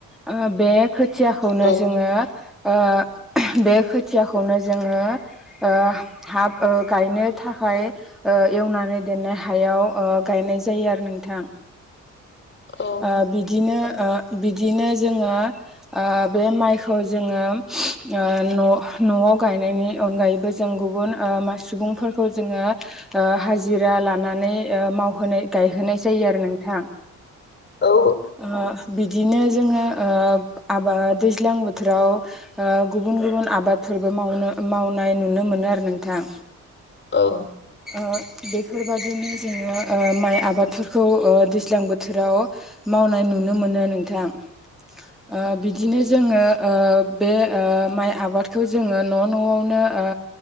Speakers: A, in the centre; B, on the left (about 35°).
A: आ बे खोथियाखौनो
B: औ
A: जोङो ओ बे खोथियाखौनो जोङो ओ हाब ओ गायनो थाखाय ओ एवनानै दोननाय हायाव ओ गायनाय जायो आरो नोंथां।
B: औ
A: ओ बिदिनो ओ बिदिनो जोङो ओ बे माइखौ जोङो ओ न' न'आव गायनायनि अनगायैबो जों गुबुन ओ मा सुबुंफोरखौ जोङो ओ हाजिरा लानानै ओ मावहोनाय गायहोनाय जायो आरो नोंथां।
B: औ
A: ओ बिदिनो जोङो ओ आबाद दैज्लां बोथोराव गुबुन गुबुन आबाद फोरबो मावनो मावनाय नुनो मोनो आरो नोंथां।
B: औ
A: ओ बेफोरबादिनो जोङो ओ माइ आबादफोरखौ ओ दैज्लां बोथोराव मावनाय नुनो मोनो नोंथां। ओ बिदिनो जोङो ओ बे ओ माइ आबादखौ जोङो न' न'आवनो ओ